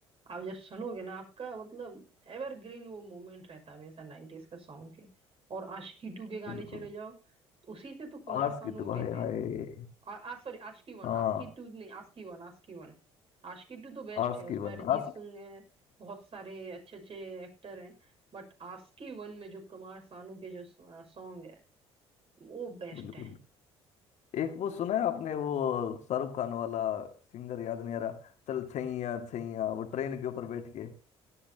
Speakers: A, on the right; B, on the left.
A: आप जब सुनोगे ना आपका मतलब एवरग्रीन वो मोमेंट रहता है हमेशा नाइन्टीज का सॉन्ग के और आशिकी टू के गाने
B: बिल्कुल
A: चले जाओ तो उसी से तो कुमार
B: आस
A: सानू
B: की तो
A: उठे
B: हाय
A: थे
B: हाय
A: और आ sorry Aashiqui one
B: हाँ
A: Aashiqui two नहीं Aashiqui one Aashiqui one Aashiqui two तो बेस्ट
B: आस
A: है उसमें
B: की वन
A: अरिजीत
B: आस
A: सिंह है बहुत सारे अच्छे अच्छे एक्टर हैं बट आशिकी वन में जो कुमार सानू के जो सॉन्ग वो बेस्ट
B: बिल्कुल
A: है
B: एक वो सुना है आपने वो शाहरुख खान वाला सिंगर याद नहीं आ रहा चल छैया छैया वो ट्रेन के ऊपर बैठ के